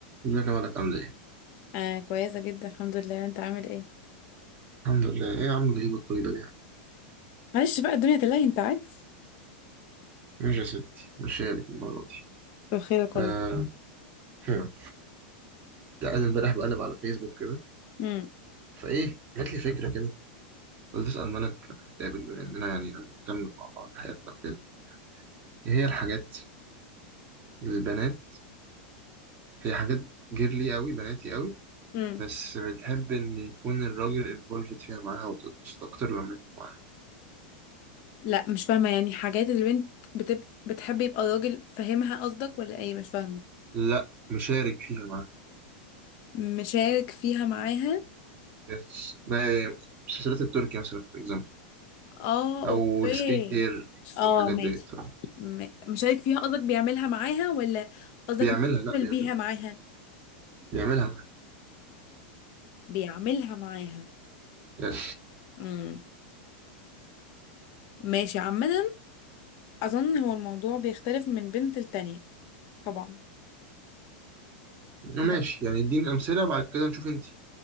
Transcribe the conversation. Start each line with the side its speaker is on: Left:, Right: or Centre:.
Right: ازيك يا مالك عامل ايه؟
Left: آه كويسة جدا الحمد لله انت عامل ايه
Right: الحمد لله ايه يا عم الغيبة الطويلة دي يعني
Left: معلش بقى الدنيا تلاهي انت عارف
Right: ماشي يا ستي ماشي لك المرة دي
Left: بخير والله
Right: آه. هم. لا أنا امبارح بقلب على فيسبوك كده
Left: امم
Right: فايه جات لي فكرة كده قلت أسأل مالك لما نتقابل بما إننا يعني نكمل مع بعض حياتنا وكده ايه هي الحاجات البنات هي حاجات جيرلي قوي بناتي قوي
Left: امم
Right: بس بتحب إن يكون الراجل انفولفد فيها معاها وتتبسط أكتر لما يكون معاها
Left: لا مش فاهمة يعني حاجات اللي بنت بتب... بتحب يبقى الراجل فاهمها قصدك ولا ايه مش فاهمة
Right: لا مشارك فيها معاها
Left: مشارك فيها معاها
Right: يس ده مسلسلات التركي مثلا فور اكزامبل
Left: اه
Right: او
Left: اوكي
Right: السكين كير
Left: اه
Right: والحاجات
Left: ماشي
Right: ديت بصراحه
Left: م... مشارك فيها قصدك بيعملها معاها ولا قصدك
Right: بيعملها لا
Left: بيعمل
Right: بيعملها
Left: بيها معاها
Right: بيعملها معاه.
Left: بيعملها معاها
Right: يعني
Left: امم ماشي عامة اظن هو الموضوع بيختلف من بنت لتانية طبعا
Right: ماشي
Left: بس
Right: يعني اديني امثله وبعد كده نشوف انت